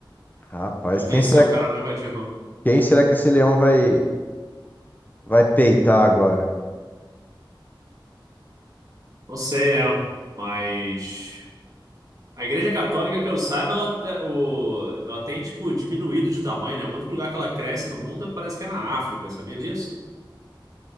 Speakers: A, on the left; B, on the right.
A: Rapaz,
B: Convencer
A: quem será,
B: o cara a não invadir RAM.
A: quem será que esse leão vai, vai peitar agora?
B: Não sei, né? Mas. A Igreja Católica, que eu saiba, ela, te- o- ela tem, tipo, diminuído de tamanho, né? O único lugar que ela cresce no mundo parece que é na África, sabia disso?